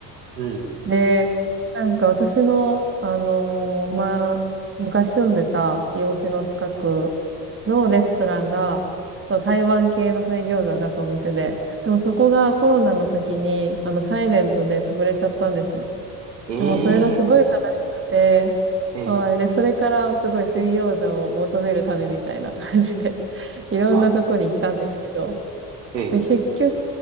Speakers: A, on the right; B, on the right.
A: うん、うん、
B: で、なんか私の、あのーまあ、昔住んでたお家の近くのレストランが、そう台湾系の水餃子を出すお店で、でもそこがコロナの時に、あの、サイレントで潰れちゃったんですね。
A: うん。
B: でもそれがすごい悲しくて、
A: ええー、すええー
B: はい。で、それからすごい水餃子を求める旅みたいな感じで、<laughs> いろんなとこに行ったんですけど、
A: あ、ええ
B: で、結局、